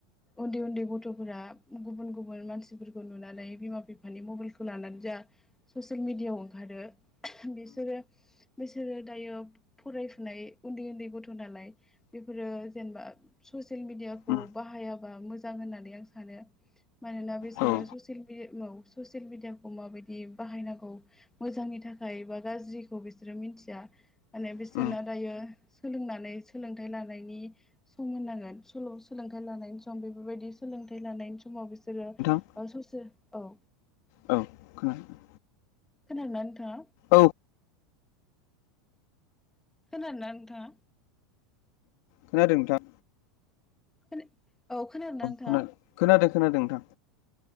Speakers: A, in the centre; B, on the left (about 45°).
A: उन्दै उन्दै गथ'फोरा गुबुन गुबुन मानसिफोरखौ नुनानै बिमा बिफानि मबाइलखौ लानानै जोङा ससियेल मिडियाव ओंखारो <unintelligible> बिसोरो बिसोरो दायो फरायफुनाय उन्दै उन्दै गथ' नालाय बेफोरो जेनेबा ससियेल मिडियाखौ
B: उम
A: बाहायाबा मोजां होननानै आं सानो। मानोना बिसोरो
B: औ
A: ससिल मिडि <unintelligible> ससियेल मिडियाखौ माबायदि बाहायनांगौ मोजांनि थाखाय बा गाज्रिखौ बिसोरो मिनथिया। माने
B: उम
A: बिसोरना दायो सोलोंनानै सोलोंथाइ लानायनि सम होननांगोन सल' सोलोंथाइ लानायनि सम बेफोरबायदि सोलोंथाइ लानायनि समाव बि सोरो ओ
B: नोंथां
A: ससेल औ।
B: औ खोनादों।
A: खोनादों ना नोंथाङा?
B: औ
A: खोनादों ना नोंथाङा?
B: खोनादों नोंथां।
A: खोन औ खोनादो ना नोंथाङा?
B: खोनादों खोनादों खोनादों नोंथां।